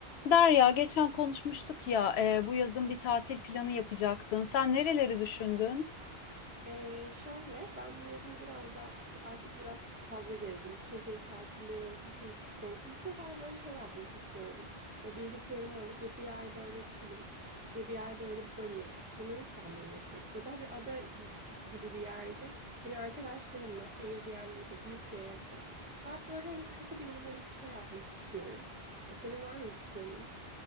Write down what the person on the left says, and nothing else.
Derya, geçen konuşmuştuk ya, e, bu yazın bir tatil planı yapacaktın. Sen nereleri düşündün?